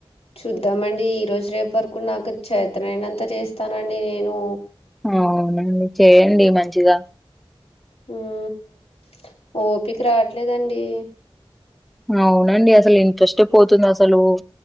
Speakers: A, on the left; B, in the centre.
A: చూద్దామండి ఈరోజు రేపు వరకు నాకు చేతనైనంత చేస్తానండి నేను
B: అవునండి చేయండి మంచిగా
A: మ్మ్ ఓపికి రాట్లేదండి
B: అవునండి అసలు ఇంట్రెస్టే పోతుంది అసలు